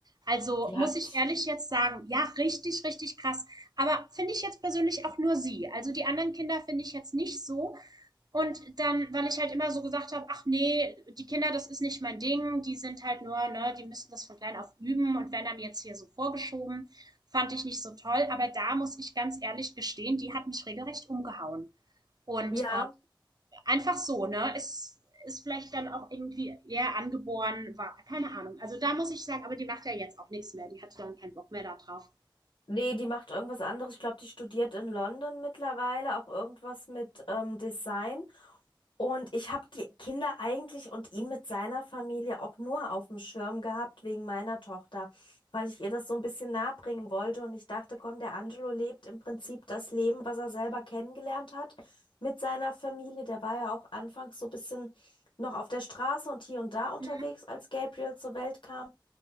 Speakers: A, on the right; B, on the left.
A: Also
B: die
A: muss
B: hat,
A: ich ehrlich jetzt sagen, ja, richtig, richtig krass. Aber finde ich jetzt persönlich auch nur sie. Also die anderen Kinder finde ich jetzt nicht so. Und dann, weil ich halt immer so gesagt habe, ach nee, die Kinder, das ist nicht mein Ding, die sind halt nur, ne, die müssen das von klein auf üben und werden dann jetzt hier so vorgeschoben, fand ich nicht so toll. Aber da muss ich ganz ehrlich gestehen, die hat mich regelrecht umgehauen. Und
B: ja,
A: äh, einfach so, ne, ist, ist vielleicht dann auch irgendwie eher angeboren, war, keine Ahnung. Also da muss ich sagen, aber die macht ja jetzt auch nichts mehr, die hatte dann keinen Bock mehr da drauf.
B: nee, die macht irgendwas anderes. Ich glaube, die studiert in London mittlerweile auch irgendwas mit ähm, Design. Und ich habe die Kinder eigentlich und ihn mit seiner Familie auch nur auf dem Schirm gehabt wegen meiner Tochter, weil ich ihr das so ein bisschen nahebringen wollte und ich dachte, komm, der Angelo lebt im Prinzip das Leben, was er selber kennengelernt hat mit seiner Familie. Der war ja auch anfangs so ein bisschen noch auf der Straße und hier und da unterwegs,
A: Mhm.
B: als Gabriel zur Welt kam.